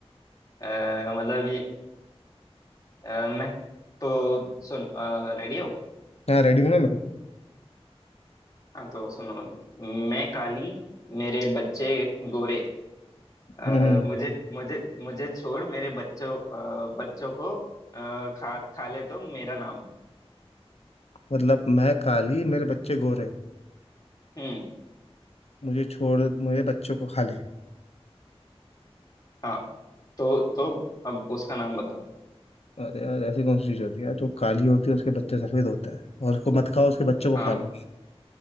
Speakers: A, on the left (about 35°); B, on the left (about 70°).
A: अ, मतलब ये अ, मैं तो सुन रेडी हो
B: हाँ रेडी हूँ ना मैं तो
A: हाँ तो सुनो मैं काली मेरे बच्चे गोरे अ,
B: हम्म
A: मुझे मुझे मुझे छोड़ मेरे बच्चों अ, बच्चों को अ, खा खा ले तो मेरा नाम
B: मतलब मैं काली मेरे बच्चे गोरे
A: हम्म
B: मुझे छोड़ मुझे बच्चों को खा ले
A: हाँ तो तो अब उसका नाम बताओ
B: अरे यार ऐसी कौन सी चीज होती है यार, जो काली होती है उसके बच्चे सफेद होते हैं और उसको मत खाओ उसके बच्चे को
A: हाँ
B: खा लो